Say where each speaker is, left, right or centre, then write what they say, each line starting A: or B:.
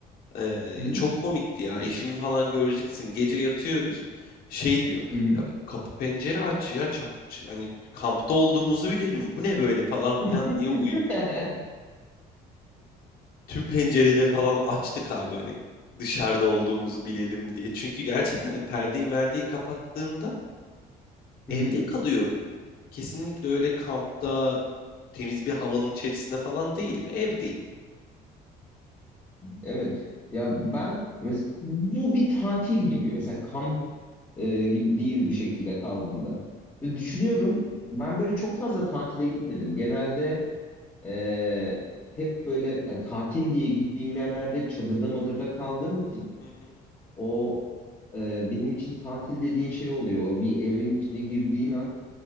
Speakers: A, on the left; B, on the left.
A: eee,
B: Hı hı.
A: çok komikti ya. Eşimi falan göreceksin. Gece yatıyoruz. Şey diyor.
B: Hı hı.
A: Ya kapı pencere aç ya. Çak, ç- hani kampta olduğumuzu bilelim. Bu ne böyle falan
B: <laughs>
A: filan diye uyudu. Tüm pencereleri falan açtık abi hani dışarıda olduğumuzu bilelim diye. Çünkü gerçekten hani perdeyi merdeyi kapattığında
B: Hı
A: evde
B: hı.
A: kalıyorum. Kesinlikle öyle kampta temiz bir havanın içerisinde falan değilim. Evdeyim.
B: Evet. Ya ben mes- bu bir tatil gibi. Mesela kamp e, gibi değil bu şekilde kaldığında. Ve düşünüyorum ben böyle çok fazla tatile gitmedim. Genelde e, hep böyle yani tatil diye gittiğim yerlerde hep çadırda madırda
A: Hı
B: kaldığım için
A: hı, hı hı.
B: O e, benim için tatil dediğin şey oluyor. O bir evin içine girdiğin an